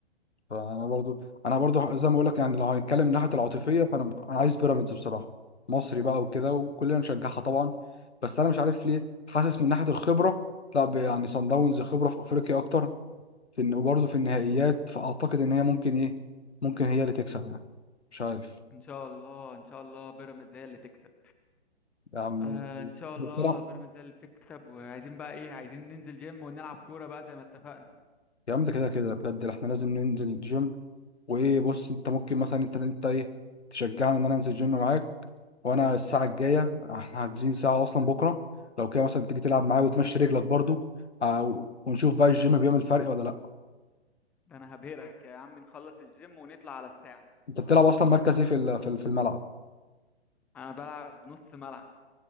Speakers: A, on the left (about 80°); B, in the centre.
A: فانا برضو انا برضو زي ما بقول لك يعني لو هنتكلم من ناحيه العاطفيه فانا ب- انا عايز بيراميدز بصراحه مصري بقى وكده وكلنا نشجعها طبعا بس انا مش عارف ليه حاسس من ناحيه الخبره لا ب- يعني صن داونز خبره في افريقيا اكتر في إن وبرضه في النهائيات فأعتقد إن هي ممكن إيه ممكن هي اللي تكسب يعني مش عارف
B: ان شاء الله ان شاء الله بيراميدز هي اللي تكسب
A: يا عم
B: آه ان شاء
A: بصراحة
B: الله بيراميدز هي اللي تكسب وعايزين بقى ايه عايزين ننزل جيم ونلعب كورة بقى زي ما اتفقنا
A: يا عم ده كده كده بجد احنا لازم ننزل الجيم وإيه بص أنت ممكن مثلا أنت أنت إيه تشجعني إن أنا أنزل الجيم معاك وأنا الساعة الجاية احنا حاجزين ساعة أصلا بكرة لو كده مثلا تيجي تلعب معايا وتمشي رجلك برضه أو- ونشوف بقى الجيم بيعمل فرق ولا لأ
B: ده انا هبهرك يا عم نخلص الجيم ونطلع على الساعة
A: انت بتلعب اصلا مركز ايه في ال- في ال- في الملعب
B: انا بلعب نص ملعب